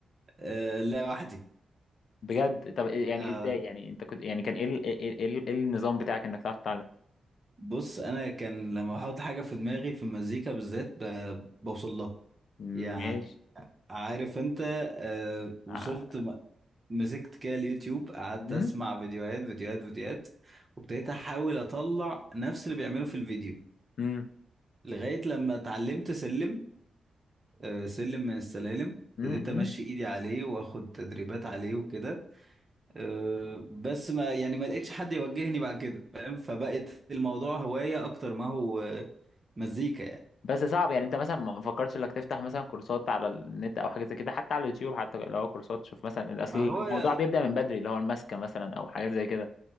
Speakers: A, on the right; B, on the left.
A: آه، لا وحدي
B: بجد طب إيه- يعني
A: آه،
B: ازاي يعني انت كنت يعني كان ايه ال... ايه إيه- إيه النظام بتاعك انك تعرف تتعلم
A: بص انا كان لما احط حاجه في دماغي في المزيكا بالذات ب- بوصل لها
B: ماشي
A: يعني عارف انت آه وصلت
B: ع-
A: م- مسكت كده اليوتيوب قعدت
B: مم؟
A: اسمع فيديوهات فيديوهات فيديوهات وابتديت احاول اطلع نفس اللي بيعمله في الفيديو
B: مم؟
A: لغايه لما اتعلمت سلم آه سلم من السلالم
B: مم؟
A: ابتديت امشي
B: مم؟
A: ايدي عليه واخد تدريبات عليه وكده آه بس ما يعني ما لقيتش حد يوجهني بعد كده فاهم فبقت الموضوع هوايه اكتر ما هو آه، مزيكا يعني
B: بس صعب يعني انت مثلا ما فكرتش انك تفتح مثلا كورسات على النت او حاجه زي كده حتى على اليوتيوب حتى لو هو كورسات شوف مثلا الاصل
A: ما هو
B: الموضوع بيبدا من بدري اللي هو الماسكه مثلا او حاجات زي كده